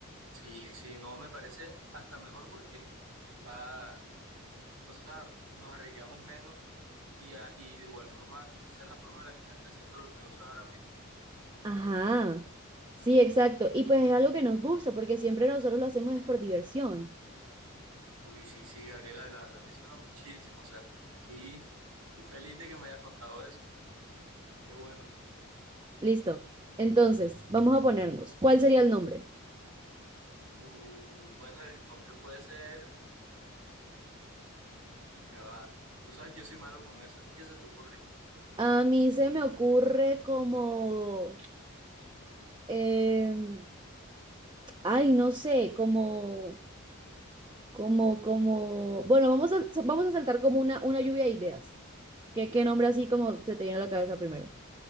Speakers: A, on the right; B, on the right.
A: Sí, sí, no, me parece hasta mejor porque va, o sea, nos arriesgamos menos y, a- y de igual forma, esa es la forma en la que están creciendo los negocios ahora mismo
B: Ajá, sí, exacto, y pues es algo que nos gusta, porque siempre nosotros lo hacemos es por diversión.
A: Uy, sí, sí, Gabriela, la verdad me suena muchísimo. O sea, estoy, estoy feliz de que me hayas contado eso. Qué bueno.
B: Listo. Entonces, vamos a ponernos. ¿Cuál sería el nombre?
A: Uh, bueno, el nombre puede ser. mm, ya va. Tú sabes que yo soy malo con eso. ¿A ti qué se te ocurre?
B: A mí se me ocurre como, eh, ay, no sé, como, como, como, bueno, vamos a, vamos a saltar como una, una lluvia de ideas. ¿Qué, qué nombre así como se te viene a la cabeza primero?